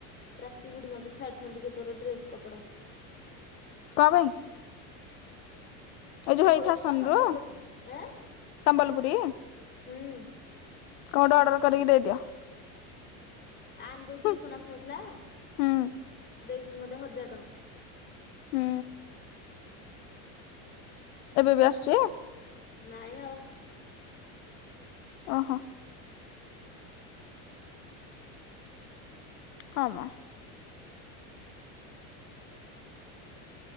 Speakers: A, on the left; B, on the left.
A: ପ୍ରାଚି ଗୁଡ଼ି ମତେ ଛାଡ଼ିଛନ୍ତି କେତେ ଗୁରା ଡ୍ରେସ କପଡ଼ା।
B: କଁ ପାଇଁ। ଏଇ ଯୋଉ
A: ଷୋଳଶ
B: ହେଇ ଫ୍ୟାସନରୁୁ
A: ଟଙ୍କା ସତରଶ ଟଙ୍କା ଏଁ
B: ସମ୍ବଲପୁରୀ?
A: ହୁଁ।
B: କହ ଗୋଟେ ଅଡ଼ର୍ କରିକି ଦେଇଦିଅ।
A: ଆୟାନ୍ ଯୋଉ ଟିଉସନ୍
B: ହୁଁ
A: ଆସୁ ନଥିଲା
B: ହୁଁ
A: ଦେଇଛନ୍ତି ମତେ ହଜାର ଟଙ୍କା।
B: ହୁଁ। ଏବେ ବି ଆସୁଚି?
A: ନାଇଁ ଆଉ ଆସୁନି।
B: ଓହୋ। ହଁ ମ।